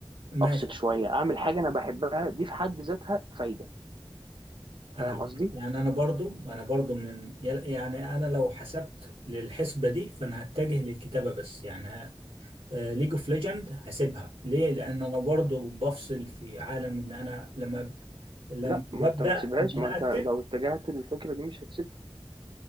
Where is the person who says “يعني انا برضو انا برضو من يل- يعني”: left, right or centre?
Right